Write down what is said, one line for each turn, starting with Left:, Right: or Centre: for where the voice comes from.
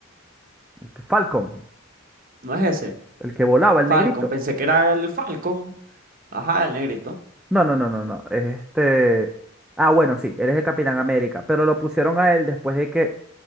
Centre: El que Falcon,
Right: ¿No es ese?
Centre: el que volaba, el
Right: Falcon.
Centre: negrito.
Right: Pensé que era el Falcon. Ajá, el negrito.
Centre: No, no, no, no, no. Es este. Ah, bueno, sí, él es el Capitán América. Pero lo pusieron a él después de que